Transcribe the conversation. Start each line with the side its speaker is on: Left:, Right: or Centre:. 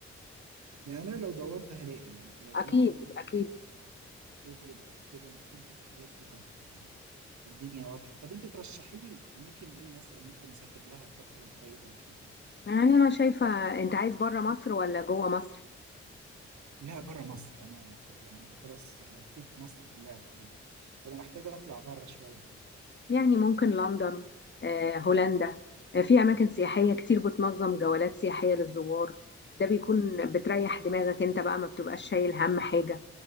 Right: يعني انا لو دورت هلاقي يعني على اليوتيوب
Left: اكيد اكيد
Right: او جوجل او كده اكيد الحاجات دي هتبقى الدنيا واضحة طب انت ترشحي لي اماكن ايه مثلا ممكن اسافر لها الفترة القريبة اللي احنا فيها دي
Left: يعني انا شايفة انت عايز بره مصر ولا جوه مصر
Right: لا بره مصر انا ت- يعني خلاص لفيت مصر كلها تقريبا فانا محتاج اطلع بره شوية بقى
Left: يعني ممكن لندن آه، هولندا آه، في أماكن سياحية كتير بتنظم جولات سياحية للزوار ده بيكون بتريح دماغك انت بقى ما بتبقاش شايل هم حاجة